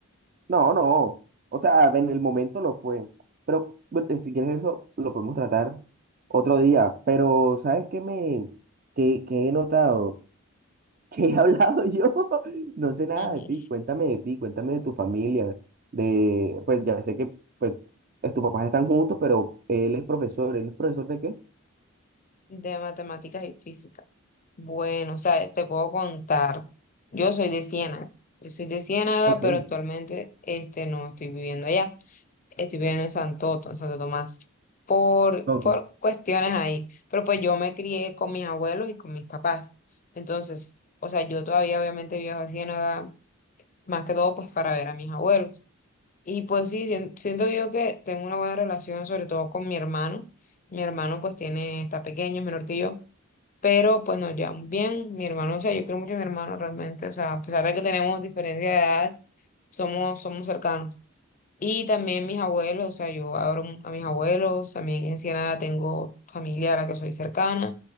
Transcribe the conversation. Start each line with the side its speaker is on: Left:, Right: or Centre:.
Right: No, no. O sea, en el momento lo fue. Pero bueno, eh, si quieres eso, lo podemos tratar otro día. Pero, ¿sabes qué me, qué, qué he notado? ¿Qué he <laughs> hablado yo? <laughs> No sé nada
Left: Ujú.
Right: de ti. Cuéntame de ti, cuéntame de tu familia. De, pues ya sé que pues, es- tus papás están juntos, pero él es profesor. ¿Él es profesor de qué?
Left: De matemáticas y física. Bueno, o sea, te puedo contar, yo soy de Ciénaga, yo soy de Ciénaga,
Right: Ok,
Left: pero actualmente este, no estoy viviendo allá. estoy viviendo en Santo, en Santo Tomás, por,
Right: ok.
Left: por cuestiones ahí. Pero pues yo me crié con mis abuelos y con mis papás. Entonces, o sea, yo todavía obviamente viajo a Ciénaga, más que todo pues para ver a mis abuelos. Y pues sí, sien- siento yo que tengo una buena relación, sobre todo con mi hermano. Mi hermano pues tiene, está pequeño, es menor que yo. Pero pues nos llevamos bien, mi hermano, o sea, yo quiero mucho a mi hermano realmente, o sea, a pesar de que tenemos diferencia de edad, somos, somos cercanos. Y también mis abuelos, o sea, yo adoro mu- a mis abuelos, también en Ciénaga tengo familia a la que soy cercana.